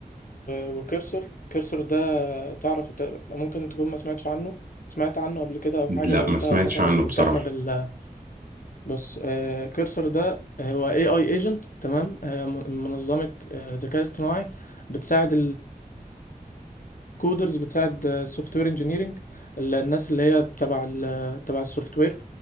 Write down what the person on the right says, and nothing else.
لا
ما
سمعتش
عنه
بصراحة